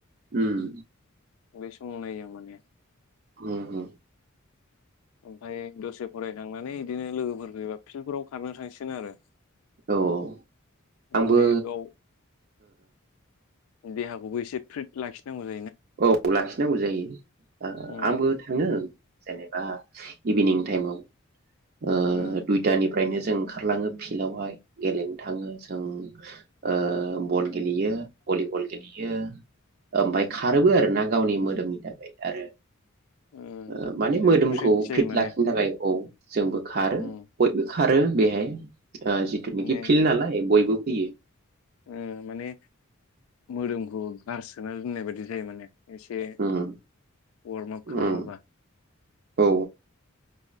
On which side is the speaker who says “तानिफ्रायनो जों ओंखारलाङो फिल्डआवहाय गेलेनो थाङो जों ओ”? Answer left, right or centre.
Right